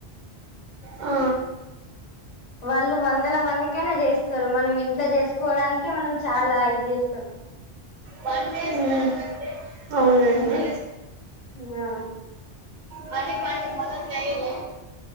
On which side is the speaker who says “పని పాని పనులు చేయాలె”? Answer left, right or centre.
Right